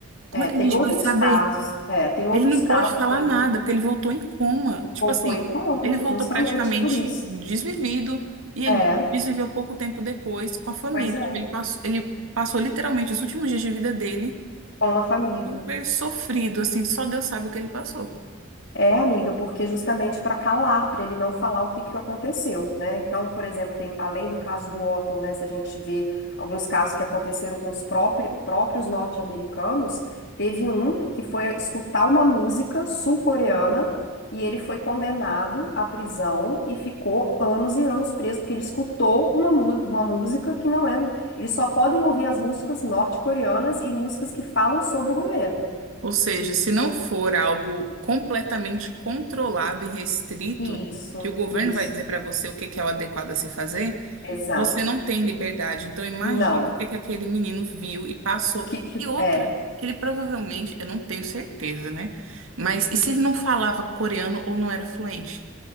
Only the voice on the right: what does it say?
como
é que
a gente
vai saber
Ele não
pode falar
nada,
porque ele voltou em coma. Tipo
assim,
ele voltou
praticamente
desvivido e ele
desviveu pouco tempo depois com a família.
Tipo, ele passou, ele passou literalmente os últimos dias de vida dele
super sofrido, assim, só Deus sabe o que ele passou.
Ou seja, se não for algo completamente controlado e restrito,
que o governo
vai dizer para você o que que é o adequado a se fazer,
você não tem liberdade. Então, imagine
o que que aquele menino viu e passou.
E outra,
que ele provavelmente, eu não tenho certeza, né? Mas e se ele não falava coreano ou não era fluente?